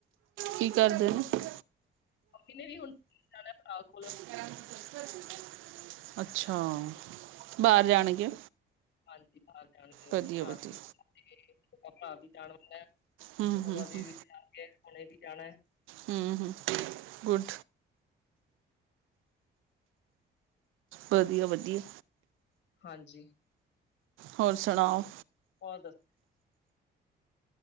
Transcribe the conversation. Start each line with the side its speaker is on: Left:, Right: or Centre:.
Right: ਕੀ ਕਰਦੇ ਨੇ।
Left: ਮੰਮੀ ਨੇ ਵੀ ਹੁਣ, ਜਾਣਾ ਭਰਾ ਕੋਲ।
Right: <inaudible> ਅੱਛਾ! ਬਾਹਰ ਜਾਣਗੇ।
Left: ਹਾਂਜੀ ਬਾਹਰ ਜਾਣਗੇ ਉਹ
Right: ਵਧੀਆ
Left: ਵੀ ਭਰਾ
Right: ਵਧੀਆ
Left: ਕੋਲ, ਭਰਾ ਵੀ ਜਾਣ ਵਾਲਾ।
Right: ਹੂੰ
Left: ਉਹਦਾ
Right: ਹੂੰ
Left: ਵੀ
Right: ਹੂੰ
Left: ਵਿੱਚ ਜਾਕੇ ਉਣੇ ਵੀ ਜਾਣਾ।
Right: ਹੂ- ਹੂ, ਗੁਡ। ਵਧੀਆ- ਵਧੀਆ।
Left: ਹਾਂਜੀ।
Right: ਹੋਰ ਸੁਣਾਓ?
Left: ਹੋਰ ਦੱਸ?